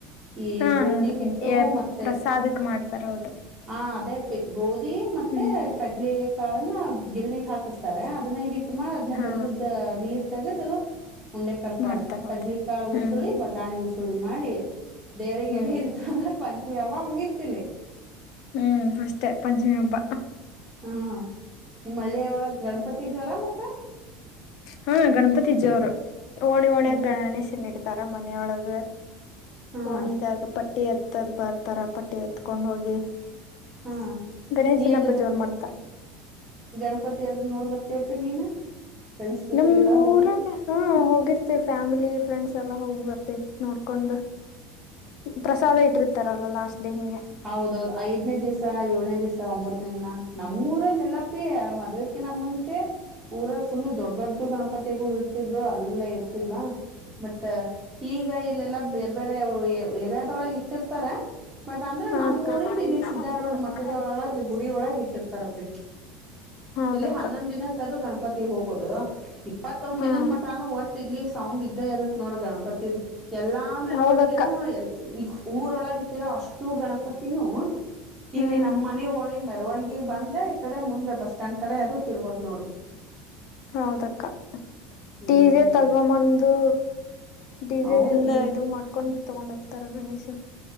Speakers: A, on the right (about 15°); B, on the left (about 65°).
A: ಈ
B: ಹಾ
A: ಗೋಧಿ ಹಿಟ್ಟು
B: ಏ,
A: ಮತ್
B: ಪ್ರಸಾದಕ್ ಮಾಡ್ತಾರೆ ಹೌದು
A: ಹ ಅದೇ ಪ್ಪಿ ಗೋಧಿ ಮತ್ತೆ
B: ಹ್ಮ್
A: ಕಡ್ಲೆ ಕಾಳನ್ನ ಗಿರಣಿ ಹಾಕಿಸ್ತಾರೆ ಅದನ್ನ ಹಿಟ್ ಮಾಡ್ ಅದ್ನ್ನೇ
B: ಹಾ
A: ಬೆಲ್ಲದ ನೀರ್ ತೆಗೆದು ಉಂಡೆ ಕಟ್ತಾರ
B: ಮಾಡ್ತಾರ ಹೌದು
A: ಕಡ್ಲಿಕಾಳ
B: ಹ್ಮ್
A: ಉಸುಳಿ ಬಟಾಣಿ ಉಸುಳಿ ಮಾಡಿ ದೇವ್ರರಿಗೆಡೆ
B: ಹ್ಮ್
A: ಇಡ್ತ ಅಂದ್ರೆ ಪಂಚಮಿ ಹಬ್ಬ ಮುಗಿತ್ ಇಲ್ಲಿ
B: ಹ್ಮ್ ಅಷ್ಟೇ ಪಂಚಮಿ ಹಬ್ಬ
A: ಹಾ ನಿಮ್ಮ ಹಳ್ಳಿಯ ಒಳಗ್ ಗಣಪತಿ ಜೋರ ಮತ್ತೆ
B: ಹಾ ಗಣಪತಿ ಜೋರು ಓಣಿ ಓಣಿ
A: ಹ್ಮ್ ಹ್ಮ್
B: ಗಣೇಶನ್ ಇಡ್ತ ತರ ಮನೆಯೊಳಗೆ
A: ಹಾ
B: ಕೋಣಿದಾಗ ಪಟ್ ಪಟ್ಟಿ ಎತ್ತದ್ ಬರ್ತಾರ ಪಟ್ಟಿ ಎತ್ಕೊಂಡ್ ಹೋಗಿ
A: ಹಾ
B: ಗಣೇಶನ
A: ನೀ ಅದು
B: ಹಬ್ಬ
A: ಗ
B: ಜೋರು ಮಾಡ್ತಾರ್
A: ಗಣಪತಿ ಅದ ನೋಡ್ ಬರ್ತಯ ಪಿ ನೀನ್ ಫ್ರೆಂಡ್ಸ್ ಜೊತೆಗೆಲ್ಲಾ
B: ನಮ್
A: ಹೋಗಿ
B: ಊರಾಗ ಹಾ ಹೋಗಿರ್ತಿವಿ ಫ್ಯಾಮಿಲಿ ಫ್ರೆಂಡ್ಸ್ಯಲ್ ಎಲ್ಲ ಹೋಗ್ ಬರ್ತಿ ನೋಡ್ಕೊಂಡು ಪ್ರಸಾದ ಇಟ್ಟಿರ್ತಾರಲ್ಲ ಲಾಸ್ಟ್ ಡೇ ಹಿಂಗೆ
A: ಹೌದೌದು ಐದನೇ ದಿಸ ಏಳನೇ ದಿಸ ಒಂಬತ್ತನೇ ದಿನ ನಮ್ ನಮ್ ಊರಲ್ಲಿ ಇಲ್ಲ ಪಿ ಮದ್ವೆಕಿನ ಮುಂಚೆ ಊರ ಫುಲ್ ದೊಡ್ ದೊಡ್ಡ ಗಣಪತಿಗಳು ಇಡ್ತಿದ್ರು ಅಲ್ಲ ಇರ್ತಿದ್ವಾ ಬಟ್ ಈಗ ಇಲ್ಲೆಲ್ಲ ಬೇರೆ ಬೇರೆ ಒಳಗ್ ಇಟ್ಟಿರ್ತಾರ ಬಟ್ ಅಂದ್ರೆ
B: ಹಾ
A: ನಮ್ಮ್
B: ಅಕ್ಕ
A: ಊರಿಂದ ಇಲ್ಲಿ ಸಿದ್ದ ರೋಡ್ ಮಟ್ಟದೊಳಗ ಗುಡಿ ಒಳಗ ಇಟ್ಟಿರ್ತಾರಪ್ಪಿ
B: ಹೌದಕ್ಕ
A: ಇಲ್ಲಿ ಹನ್ನೊಂದ್ ದಿನಕ್ಕದು ಗಣಪತಿ ಹೋಗೋದ ಇಪ್ಪತ್ತೊಂದ
B: ಹ್ಮ್
A: ದಿನದ ಮಟಾನು ಒಟ್ಟ ಇಲ್ಲಿ ಸೌಂಡ್ ಇದ್ದೇ ಇರತ್ತತ್ ನೋಡ ಗಣಪತಿದು ಎಲ್ಲಾ ಮೆರವಣಿಗೆನೂ
B: ಹೌದಕ್ಕ
A: ಎಲ್ ಊರೊಳಗ ಇಟ್ಟಿರೋ ಅಷ್ಟು ಗಣಪತಿನೂ ಇಲ್ಲಿ
B: ಹ್ಮ್
A: ನಮ್ಮ ಮನ ಓಣಿಗೆ ಮೆರವಣಗಿ ಬಂದೆ ಈ ಕಡೆ ಮುಂದೆ ಬಸ್ ಸ್ಟ್ಯಾಂಡ್ ಕಡೆ ಅದು ತಿರ್ಗೋದು ನೋಡು
B: ಹೌದಕ್ಕ
A: ಹ್ಮ್
B: ಡೀಜೆ ತಗೊ ಬಂದು ಡೀಜೆ
A: ಹೌದು
B: ದಿಂದ
A: ಈ
B: ಇದು ಮಾಡ್ಕೊಂಡ ತಗೊಂಡ ಹೋಗ್ತಾರಲ್ಲ ಗಣೇಶ